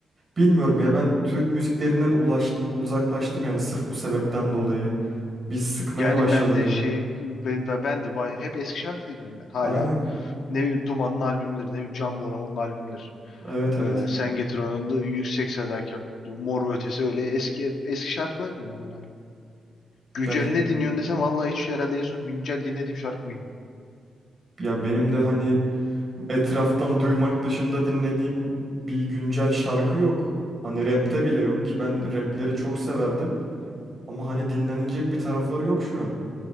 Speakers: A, on the right; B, on the left.
A: bilmiyorum ya ben Türk müziklerinden ulaş, uzaklaştım yani sırf bu sebepten dolayı. Bir sıkmaya
B: Yani
A: başladı
B: ben de
A: beni.
B: şey ben, ben de bay, hep eski şarkı dinliyorum ben hala.
A: Aynen.
B: Ne bileyim Duman'ın albümleri, ne bileyim Can Bonomo'nun albümleri.
A: Evet evet.
B: Ee, Sen Getir Onu da Yüksek Sadakat, Mor ve Ötesi öyle eski eski şarkılar dinliyorum ben hala. Güncel
A: Ya y-
B: ne dinliyorsun desem vallahi hiç herhalde en son güncel dinlediğim şarkı bilmiyorum.
A: ya benim de hani etraftan duymak dışında dinlediğim bir güncel şarkı yok. Hani rapte bile yok ki ben rapleri çok severdim. Ama hani dinlenilecek bir tarafları yok şu an.